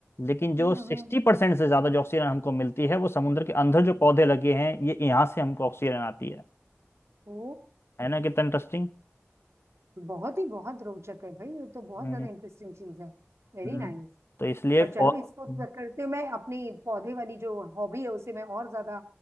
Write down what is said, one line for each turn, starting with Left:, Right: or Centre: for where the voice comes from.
Left: लेकिन जो
Right: हम्म
Left: सिक्सटी
Right: हम्म हम्म।
Left: परसेंट से ज्यादा जो ऑक्सीजन हमको मिलती है वो समुद्र के अंदर जो पौधे लगे हैं ये यहाँ से हमको ऑक्सीजन आती है
Right: ओ
Left: है ना कितना इंटरेस्टिंग
Right: बहुत ही बहुत रोचक है भाई ये तो बहुत
Left: हम्म
Right: ज्यादा
Left: हम्म।
Right: इंटरेस्टिंग चीज है Very
Left: हम्म,
Right: nice
Left: तो इसलिए
Right: पर चलो
Left: पौ-
Right: इसको
Left: हम्म,
Right: तो करते हुए मैं अपनी पौधे वाली जो हॉबी है उसे मैं और ज्यादा